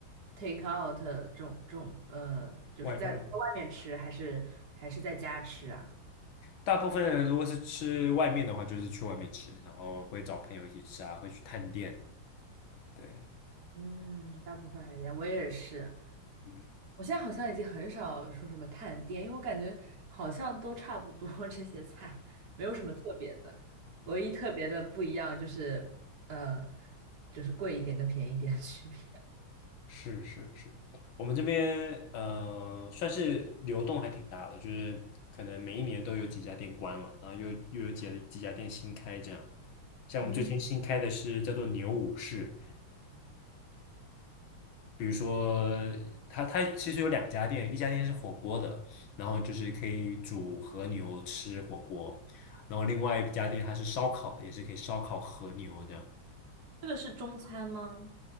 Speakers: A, on the right; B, on the left.
A: take out 这种这种呃，就是在在外面吃，
B: 外卖，
A: 还是还是在家吃啊？
B: 大部分人如果是吃外面的话，就是去外面吃，然后会找朋友一起吃啊，会去探店。对，
A: 嗯，大部分还是在家，我也是。
B: 嗯。
A: 我现在好像已经很少说什么探店，因为我感觉好像都差不多 <laughs> 这些菜，没有什么特别的。唯一特别的不一样就是，呃，就是贵一点跟便宜一点的区别。
B: 是是是，我们这边呃算是流动还挺大的，就是可能每一年都有几家店关了，然后又又有几几家店新开这样。像我们最近新开的是叫做牛武士，
A: 嗯，
B: 比如说它它其实有两家店，一家店是火锅的，然后就是可以煮和牛吃火锅，然后另外一家店它是烧烤的，也是可以烧烤和牛的。
A: 这个是中餐吗？